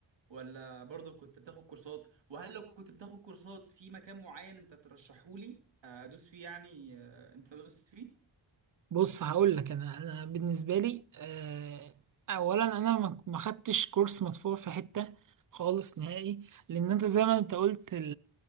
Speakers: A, on the right; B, on the right.
A: ولا برضه كنت بتاخد كورسات وهل لو كنت بتاخد كورسات في مكان معين أنت ترشحهولي آه، أدوس فيه يعني آه، أنت دوست فيه؟
B: بص هقول لك انا انا بالنسبة لي آه، اولا انا ما ما خدتش كورس مدفوع في حتة خالص نهائي لان انت زي ما انت قلت